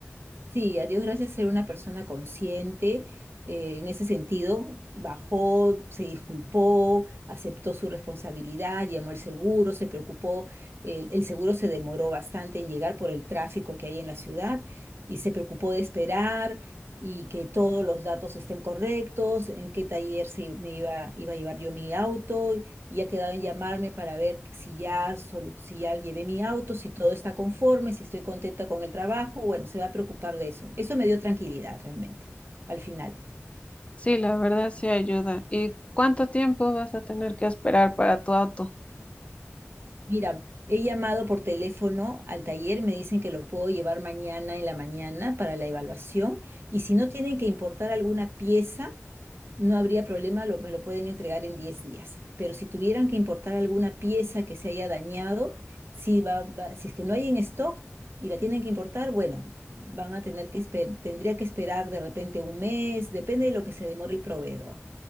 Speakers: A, on the right; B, on the left.
A: Sí, a Dios gracias ser una persona consciente eh, en ese sentido. Bajó, se disculpó, aceptó su responsabilidad, llamó al seguro, se preocupó. El, el seguro se demoró bastante en llegar por el tráfico que hay en la ciudad y se preocupó de esperar y que todos los datos estén correctos, en qué taller se, me iba, iba a llevar yo mi auto y ha quedado en llamarme para ver si ya, solu- si ya llevé mi auto, si todo está conforme, si estoy contenta con el trabajo. Bueno, se va a preocupar de eso. Eso me dio tranquilidad realmente, al final.
B: Sí, la verdad sí ayuda. ¿Y cuánto tiempo vas a tener que esperar para tu auto?
A: Mira, he llamado por teléfono al taller, me dicen que lo puedo llevar mañana en la mañana para la evaluación y si no tienen que importar alguna pieza. no habría problema, lo- me lo pueden entregar en 10 días. Pero si tuvieran que importar alguna pieza que se haya dañado, si, va, va- si es que no hay en stock y la tienen que importar, bueno, van a tener que esper- tendría que esperar de repente un mes, depende de lo que se demore el proveedor.